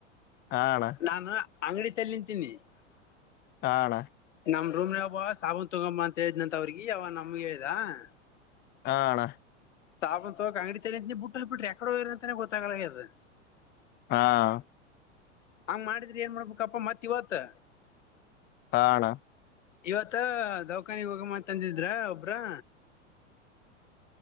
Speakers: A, on the left; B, on the left.
A: ಹಾ ಅಣ್ಣಾ. <unintelligible>
B: ನಾನ್ ಅಂಗಡಿತಲ್ಲಿ ನಿಂತೀನಿ. <unintelligible>
A: ಹಾ ಅಣ್ಣ
B: ನಮ್ಮ ರೂಮ್ ನ್ಯಾಗ ಒಬ್ಬ ಸಾಬೂನ್ ತುಗೊಂದ ಬಾ ಅಂತ ಹೇಳಿದನಂತ ಅವ್ರಿಗೆ ಅವ ನಮಗೆ ಹೇಳದಾ. <unintelligible>
A: ಹಾ ಅಣ್ಣ
B: ಸಾಬೂನ್ ತೋಣಕ್ಕೆ ಅಂಗಡಿ ತೆಗಿತಿನಿ ಬಿಟ್ಟ ಹೊಗ್ ಬಿಟ್ರಿ ಯಾಕಡೆ ಹೋಗರಿ ಅಂತಾನೇ ಗೊತ್ತಾಗಲದ.
A: ಹಾ
B: ಹಂಗ ಮಾಡಿದ್ರಿ ಏನ್ ಮಾಡ್ಬೇಕಪ್ಪ ಮತ್ತ ಇವತ್ತು.
A: ಹಾ ಅಣ್ಣ.
B: ಇವತ್ತ ದೌಖಾನಿಗ್ ಹೋಗಮಾ ಅಂದಿದ್ರು ಒಬ್ರು.